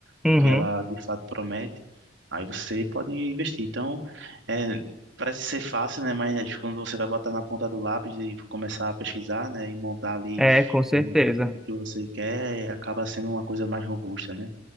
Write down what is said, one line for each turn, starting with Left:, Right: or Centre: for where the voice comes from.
Centre: uhum.
Right: o que ela de fato promete. Aí você pode investir. Então, é, parece ser fácil, né? Mas quando você vai botar na ponta do lápis e começar a pesquisar, né, e montar ali
Centre: É, com certeza.
Right: é, o que você quer, acaba sendo uma coisa mais robusta, né?